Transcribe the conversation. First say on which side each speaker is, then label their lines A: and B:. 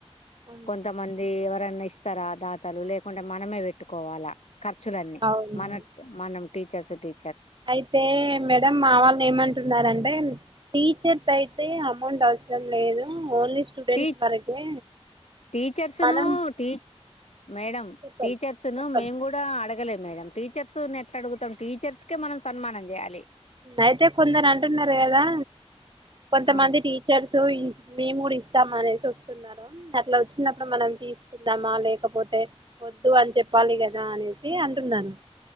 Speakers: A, on the right (about 45°); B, on the left (about 80°).
A: ఆ
B: కొంతమంది ఎవరన్నా ఇస్తారా దాతలు లేకుంటే మనమే పెట్టుకోవాలా ఖర్చులన్నీ
A: అవునండి
B: మన మనం టీచర్స్ టీ
A: అయితే మేడం మా వాళ్ళ ఏమంటున్నారంటే టీచర్స్ అయితే అమౌంట్ అవసరం లేదు ఓన్లీ స్టూడెంట్స్
B: టీ
A: వరకే
B: టీచర్స్
A: మనం
B: ను టీ మేడం
A: చెప్పండి
B: టీచర్స్ ను
A: చెప్పండి
B: మేము గూడ అడగలేం మేడంమ్ టీచర్స్ ఎట్లా అడుగుతాము టీచర్స్ కే మనం సన్మానం చేయా
A: అయితే కొందరు అంటున్నారు కదా కొంతమంది
B: ఆ
A: టీచర్స్ సో మేము కూడా ఇస్తామా అనేసి వస్తున్నారు అట్లా వచ్చినప్పుడు మనం తీసుకుందామా లేకపో వద్దు అని చెప్పాలి కదా అనేసి అంటున్నాను